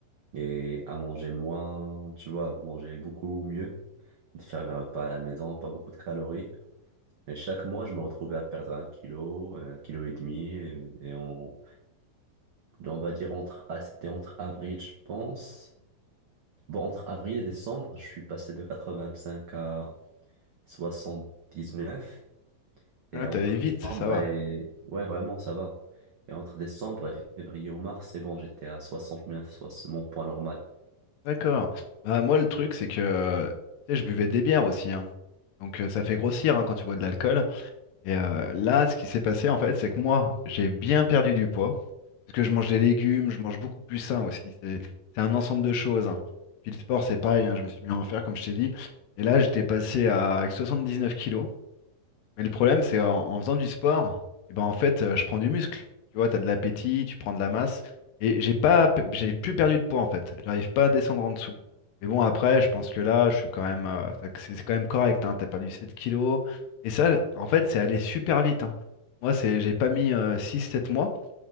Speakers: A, on the right; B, on the left.
A: et à manger moins, tu vois, à manger beaucoup mieux, de faire mes repas à la maison, pas beaucoup de calories. Mais chaque mois, je me retrouvais à perdre un kilo, un kilo et demi. Et, et on, on va dire entre, ah, c'était entre avril, je pense. Bon, entre avril et décembre, je suis passé de 85 à 79.
B: Ah,
A: Et entre
B: t'allais vite,
A: décembre
B: ça va.
A: et, ouais, vraiment, ça va. Et entre décembre et février ou mars, c'est bon, j'étais à 69, soit c'est mon poids normal.
B: D'accord. Bah, moi, le truc, c'est que euh, tu sais, je buvais des bières aussi, hein. Donc euh, ça fait grossir hein, quand tu bois de l'alcool. Et euh, là, ce qui s'est passé, en fait, c'est que moi, j'ai bien perdu du poids. Parce que je mange des légumes, je mange beaucoup plus sain aussi. C'est c'est un ensemble de choses. hein. Puis le sport, c'est pareil, hein, je me suis mis à en faire, comme je t'ai dit. Et là, j'étais passé à avec 79 kilos. Mais le problème, c'est en, en faisant du sport, et ben en fait, euh, je prends du muscle. Tu vois, tu as de l'appétit, tu prends de la masse. Et j'ai pas, pe- j'ai plus perdu de poids, en fait. J'arrive pas à descendre en dessous. Mais bon, après, je pense que là, je suis quand même, euh, ça- c'est c'est quand même correct. Hein, tu perdu 7 kilos. Et ça, en fait, c'est allé super vite. hein. Moi, c'est, j'ai pas mis euh, six, sept mois.